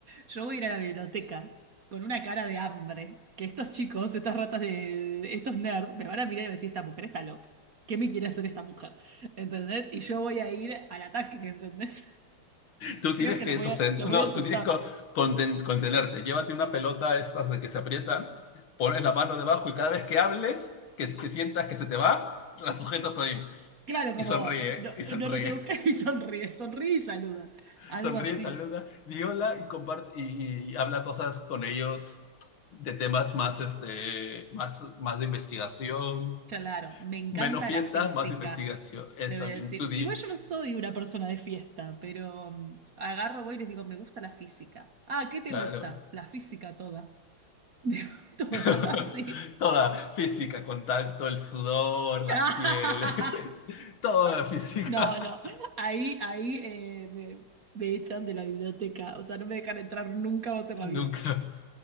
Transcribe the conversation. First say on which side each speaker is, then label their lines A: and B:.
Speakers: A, on the right; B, on the left.
A: Yo voy a ir a la biblioteca con una cara de hambre, que estos chicos, estas ratas de, estos nerds, me van a mirar y van a decir, esta mujer está loca. ¿Qué me quiere hacer esta mujer? ¿Entendés? Y yo voy a ir al ataque, ¿entendés? <laughs>
B: Tú
A: Creo
B: tienes
A: que
B: que
A: los voy
B: sostener,
A: a, los voy
B: no,
A: a asustar.
B: tú tienes que conten- contenerte. Llévate una pelota estas de que se aprieta, pones la mano debajo y cada vez que hables, que, que sientas que se te va, la sujetas ahí
A: Claro,
B: y
A: como,
B: sonríe,
A: no,
B: y sonríe.
A: no lo tengo que... <laughs> Y sonríe, sonríe y saluda. Algo
B: Sonríe,
A: así.
B: saluda, di hola y comparte y, y habla cosas con ellos de temas más, este, más, más de investigación,
A: Claro, me encanta
B: menos fiesta,
A: la física,
B: más investigación. Eso,
A: le voy a
B: bien,
A: decir.
B: tú di,
A: Igual yo no soy una persona de fiesta, pero mm, agarro, voy y les digo, me gusta la física. Ah, ¿qué te
B: claro.
A: gusta? La física toda. <laughs> Digo, Toda,
B: <laughs>
A: así.
B: Toda física, contacto, el sudor, las
A: <laughs>
B: pieles, <laughs> toda la física.
A: No, no, ahí, ahí eh, me, me echan de la biblioteca, o sea, no me dejan entrar nunca más en
B: <laughs>
A: la vida.
B: Nunca.